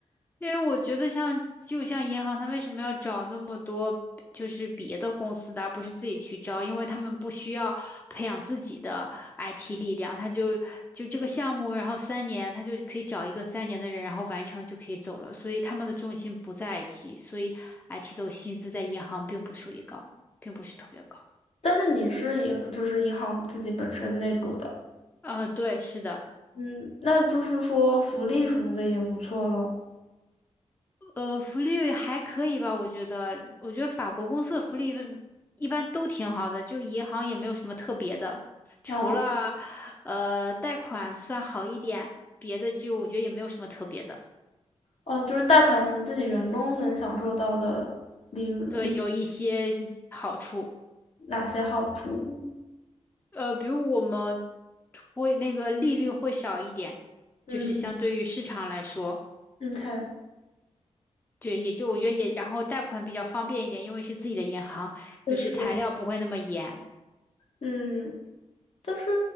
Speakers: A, on the left (about 15°); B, on the left (about 60°).
A: 因为我觉得像就像银行，它为什么要找那么多就是别的公司的，而不是自己去招？因为他们不需要培养自己的 IT 力量，他就就这个项目，然后三年，他就可以找一个三年的人，然后完成就可以走了。所以他们的重心不在 IT，所以 IT 的薪资在银行并不属于高，并不是特别高。
B: 但是你是银，就是银行自己本身内部的。
A: 呃，对，是的。
B: 嗯，那就是说福利什么的也不错咯。
A: 呃，福利还可以吧，我觉得，我觉得法国公司的福利一般都挺好的，就银行也没有什么特别的，除了呃贷款算好一点，
B: 啊，
A: 别的就我觉得也没有什么特别的，
B: 哦，就是贷款你们自己员工能享受到的利利
A: 对，有一些好处，
B: 哪些好处？
A: 呃，比如我们会那个利率会少一点，
B: 嗯
A: 就是相对于市场来说，
B: 你看，
A: 对，也就我觉得也，然后贷款比较方便一点，因为是自己的银行，
B: 就是
A: 就是材料不会那么严，
B: 嗯，但是